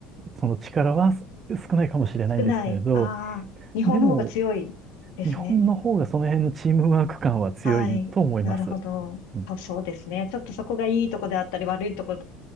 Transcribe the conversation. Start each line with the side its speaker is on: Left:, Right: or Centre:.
Right: その力はす少ないかもしれないんですけれど、
Left: 少ない、ああ、日本の方が強いですね。
Right: でも、日本の方がその辺のチームワーク感は強いと思います。
Left: はい、なるほど。
Right: うん
Left: そうそうですね。ちょっとそこがいいとこであったり、悪いとこで